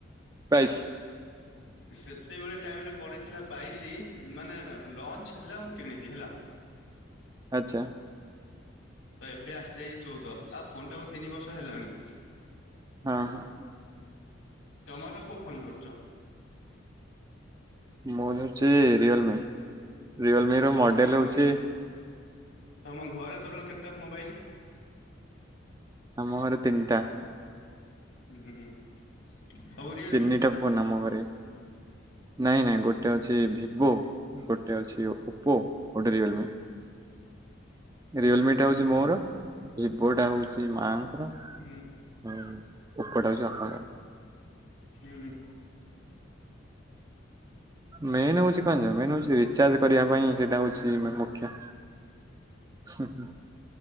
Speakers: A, on the right; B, on the left.
A: ବାଇଶ
B: ସେତେବେଳେ ଟାଇମ ରେ ପଡିଥିଲା ବାଇଶି ମାନେ ଲଞ୍ଚ ହେଲା ମୁଁ କିଣିଲି ହେଲା।
A: ଆଚ୍ଛା।
B: ତ ଏବେ ଆସିଯାଇ ଚଉଦ ଆଉ ଫୋନ୍ ଟାକୁ ତିନି ବର୍ଷ ହେଲାଣି।
A: ଅ ହଁ।
B: ତମର କୋଉ ଫୋନ ଧରୁଛ?
A: ମୁଁ ଧରୁଛି ରିଅଲମି। ରିଅଲମିର ମଡ଼େଲ୍
B: ଆଉ ତମ
A: ହେଉଛି
B: ତମ ଘରେ ଟୋଟାଲ କେତେଟା ମୋବାଇଲ?
A: ଆମ ଘରେ ତିନଟା।
B: ହୁଁ। ସବୁ ରିଅଲମି
A: ତିନିଟା ଫୋନ୍ ଆମ ଘରେ। ନାଇଁ ନାଇଁ ଗୋଟେ ଅଛି ଭିବୋ ଗୋଟେ ଅଛି ଓପୋ ଗୋଟେ ରିଅଲମି। ରିଅଲମିିଟା ହଉଚି ମୋର ଭିବୋଟା ହଉଚି ମାଙ୍କ ର ଆଉ
B: ହୁଁ
A: ଓପୋଟା ହଉଚି ବାପାଙ୍କର।
B: ହୁଁ।
A: ମେନ୍ ହଉଚି କଁ ଜାଣିଚ ମେନ୍ ହଉଚି ରିଚାର୍ଜ କରିବା ପାଇଁ ସେଇଟା ହଉଚି ମାନେ ମୁଖ୍ୟ। ହୁଁ